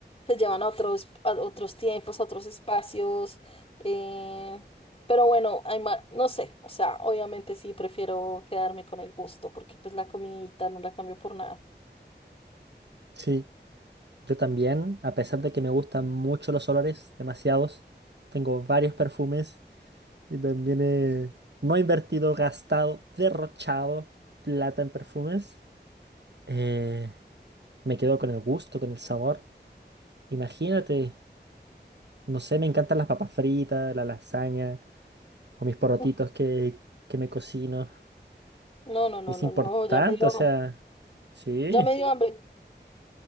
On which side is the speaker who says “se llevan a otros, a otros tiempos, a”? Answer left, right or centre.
Left